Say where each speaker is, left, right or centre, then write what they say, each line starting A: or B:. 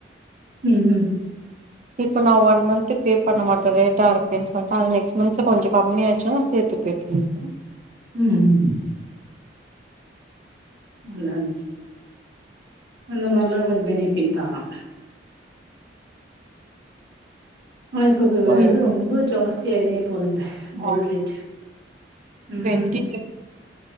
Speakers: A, on the right (about 65°); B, on the right (about 40°).
A: ம் ம்
B: இப்ப நா ஒன் மந்த்து பே பண்ண மாட்ட ரேட்டா இருக்கேன் சொல்ட்டு அது நெக்ஸ்ட் மந்த்ல கொஞ்சோ கம்மியாச்சுன்னா சேத்து பே பண்ணிருவ
A: ம் ம். ஆமாங் அந்த மாரிலா கொஞ்சோ பெனிஃபிட் தானா ஆனா இப்பக்கு
B: சோ
A: வெல
B: இப்போ
A: ரொம்போ ஜாஸ் <unintelligible> போதுங்க கோல்ட்
B: ஆ
A: ரேட் ம்
B: டுவெண்ட்டி